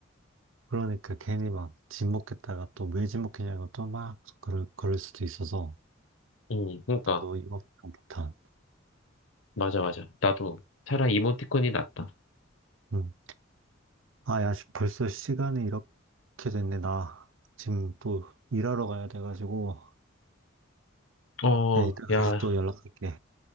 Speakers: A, on the right; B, on the left.
A: 그러니까 괜히 막 지목했다가 또 왜 지목했냐고 또 막 그럴, 그럴 수도 있어서,
B: 음, 그러니까.
A: 또 이모티콘 폭탄.
B: 맞아, 맞아. 나도 차라리 이모티콘이 낫다.
A: 음. 아, 야, 씨, 벌써 시간이 이렇게 됐네. 나 지금 또 일하러 가야 돼가지고.
B: 어,
A: 네, 이따가
B: 야,
A: 다시 또 연락할게.